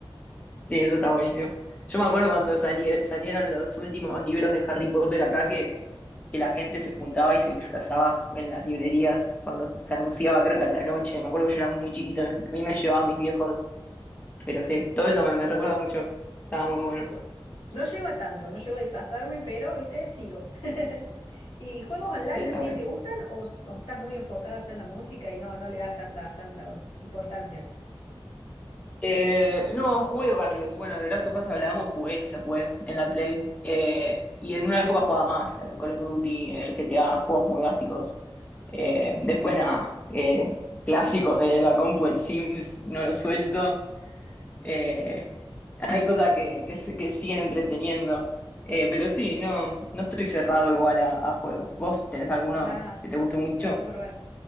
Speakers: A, on the left; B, on the left.
A: Sí, eso está buenísimo.
B: Sí.
A: Yo me acuerdo cuando sali- salieron los últimos libros de Harry Potter acá que, que la gente se juntaba y se disfrazaba en las librerías cuando se se anunciaba, creo que a la noche. Me acuerdo que yo era muy chiquita, a mí me llevaban mis viejos, pero sí, todo eso me, me recuerda mucho. Estaba muy bueno.
B: Bu- No llego a tanto, no llego a disfrazarme, pero, viste, sigo. ¿Y juegos online
A: Sí, está
B: así
A: bueno.
B: te gustan o, s- o estás muy enfocado ya en la música y no, no le das tanta, tanta importancia?
A: Eh, no, jugué varios. Bueno, de Last of Us hablamos, jugué, los jugué en la Play. Eh, y en una época jugaba más, el Call of Duty, el GTA, juegos muy básicos. Eh, después nada, eh, clásicos de la compu, el Sims, no lo suelto. Eh, hay cosas que, que, se- que siguen entreteniendo. Eh, pero sí, no, no estoy cerrado igual a, a juegos. ¿Vos tenés alguno
B: Nada,
A: que te guste mucho?
B: está súper bueno.